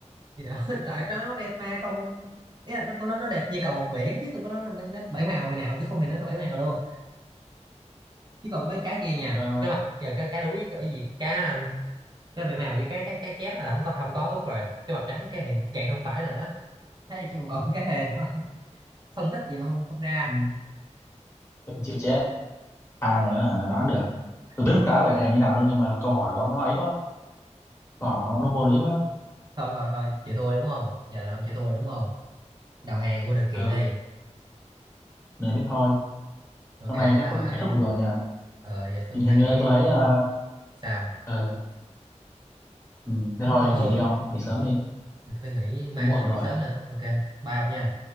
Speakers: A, on the right; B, on the left.
A: thì nó <laughs> trời nó nó đẹp mà cầu vồng ý là nó nó nó đẹp như cầu vồng biển chứ tôi có nói là nó, nó bảy màu hồi nào tôi không hề nói nó bảy màu luôn chứ còn mấy cái kia nha
B: ờ,
A: cái mặt giờ cái cái đuối cái gì cá um, cái bể màu với cái cái cái chép là không có không có út rồi cái mập trắng cái thì càng không phải nữa thế là chỉ còn cái hề thôi <laughs> phân tích gì mà không không ra
B: ừ. chịu chết ai mà hả đoán được tôi biết
A: <laughs>
B: con cá bảy hề như nào đâu nhưng mà câu hỏi của ông nó ấy quá còn không nó vô lý quá
A: thôi thôi thôi chịu thua đúng không giờ là ông chịu thua đúng không đầu hàng vô điều kiện
B: ừ
A: đi
B: nên thế thôi
A: ok
B: hôm
A: thế
B: nay chắc
A: thôi
B: cũng kết thúc được rồi nha
A: ờ giờ tôi
B: hình
A: phải
B: hình như
A: nghỉ đi
B: tôi thấy ờ
A: sao
B: ờ, ừ, thế
A: ông,
B: thôi
A: ông thua
B: nghỉ đi ông nghỉ
A: ờ,
B: sớm đi
A: tôi phải nghỉ mai
B: cũng muộn
A: tôi dậy
B: rồi
A: sớm nữa ok bye ông nha